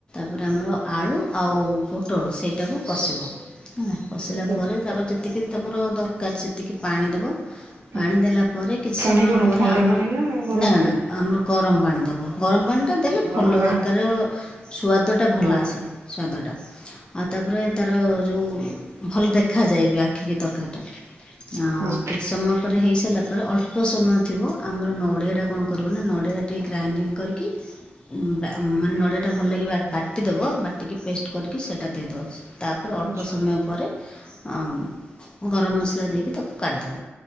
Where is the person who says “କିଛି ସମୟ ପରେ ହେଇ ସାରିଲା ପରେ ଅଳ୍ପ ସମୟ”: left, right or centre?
Left